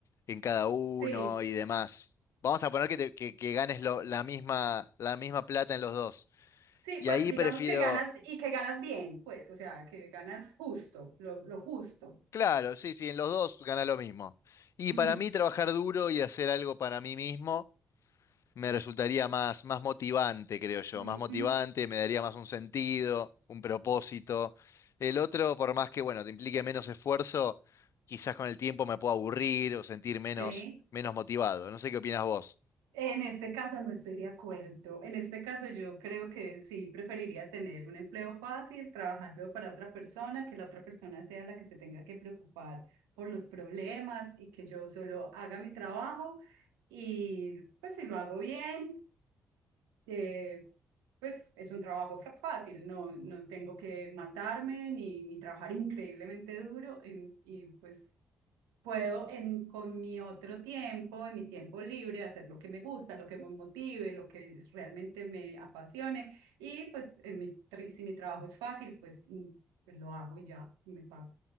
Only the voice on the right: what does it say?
sí,
sí,
pues
digamos
que ganas y que ganas bien, pues, o sea, que ganas justo, lo, lo justo.
Mm,
mm,
mm,
sí.
En este caso no estoy de acuerdo. En este caso yo creo que sí preferiría tener un empleo fácil trabajando para otra persona, que la otra persona sea la que se tenga que preocupar por los problemas y que yo solo haga mi trabajo y pues si lo hago bien eh, pues es un trabajo fra- fácil, no, no tengo que matarme ni, ni trabajar <laughs> increíblemente duro en- y pues puedo en, con mi otro tiempo, en mi tiempo libre, hacer lo que me gusta, lo que me motive, lo que realmente me apasione y pues en mi, tri- si mi trabajo es fácil, pues, mm, pues lo hago y ya me pago.